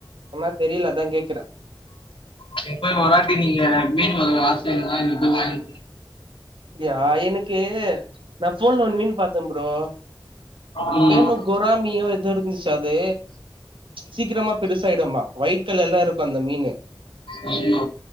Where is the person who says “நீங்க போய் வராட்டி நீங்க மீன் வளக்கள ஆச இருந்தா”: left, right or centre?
Left